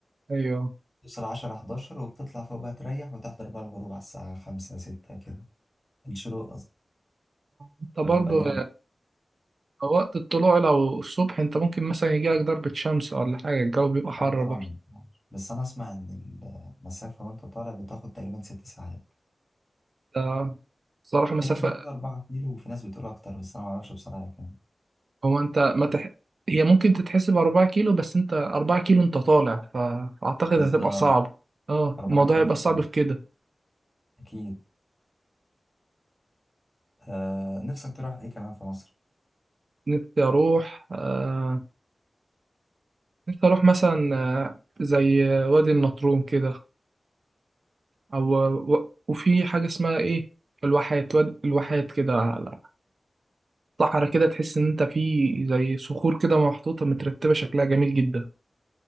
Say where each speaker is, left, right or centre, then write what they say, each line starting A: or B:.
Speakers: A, on the right; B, on the left.
A: ايوه
B: توصل 10 11 وبتطلع فوق بقى تريح وتحضر بقى الغروب على الساعه 5 6 كده الشروق قصدي
A: انت
B: لو
A: برضه
B: بيبقى جامد
A: وقت الطلوع لو الصبح انت ممكن مثلا يجيلك ضربة شمس ولا حاجة الجو بيبقى حر
B: اه طبعا
A: برضه
B: ما ينفعش. بس انا اسمع ان المسافه وانت طالع بتاخد تقريبا ست ساعات
A: ده صراحة مسافة
B: في ناس بتقول 4 كيلو وفي ناس بتقول اكتر بس انا ما اعرفش بصراحه هي كام
A: هو انت ما تح... هي ممكن تتحسب أربعة كيلو بس انت أربعة كيلو انت طالع فأعتقد
B: بالظبط
A: هتبقى صعب اه
B: 4
A: الموضوع
B: كيلو
A: هيبقى
B: طبعا
A: صعب في كده
B: اكيد آه نفسك تروح ايه كمان في مصر
A: نفسي أروح آه... نفسي أروح مثلا آه، زي وادي النطرون كده أو و... وفي حاجة اسمها إيه الواحات وادي الواحات كده على صحرا كده تحس إن أنت في زي صخور كده محطوطة مترتبة شكلها جميل جدا